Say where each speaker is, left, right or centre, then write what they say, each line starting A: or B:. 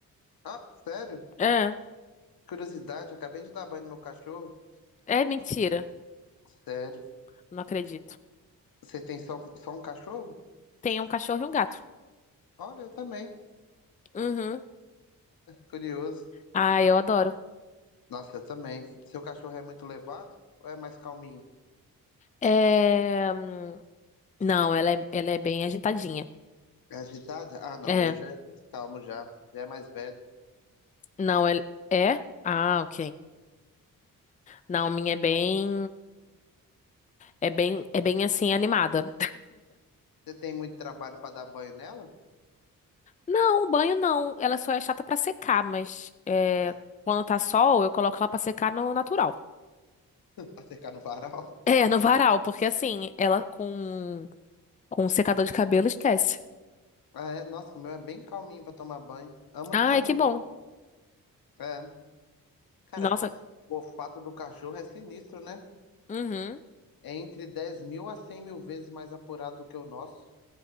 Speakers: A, on the left; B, on the left.
A: Ah, sério?
B: É,
A: Curiosidade, acabei de dar banho no meu cachorro.
B: é mentira.
A: Sério?
B: Não acredito.
A: Você tem só, só um cachorro?
B: Tem um cachorro e um gato.
A: Olha, eu também.
B: Uhum.
A: Curioso.
B: Ah, eu adoro.
A: Nossa, eu também. Seu cachorro é muito levado ou é mais calminho?
B: É... hum, Não, ela é, ela é bem agitadinha.
A: É agitado? Ah, não,
B: É.
A: o meu já é mais calmo já. Já é mais velho.
B: Não, ela é? Ah, ok. Não, a minha é bem. É bem, é bem assim, animada.
A: Você tem muito trabalho pra dar banho nela?
B: Não, o banho não. Ela só é chata pra secar, mas é,
A: Pra, <laughs>
B: quando tá sol, eu coloco ela pra secar no natural.
A: pra secar no varal?
B: É, no varal, porque assim, ela com, com um secador de cabelo esquece.
A: Ah, é? Nossa, o meu é bem calminho pra tomar banho. Amo,
B: Ai,
A: amo
B: que bom.
A: banho. É. Cara,
B: Nossa.
A: o olfato do cachorro é sinistro, né?
B: Uhum.
A: É entre dez mil a cem mil vezes mais apurado do que o nosso.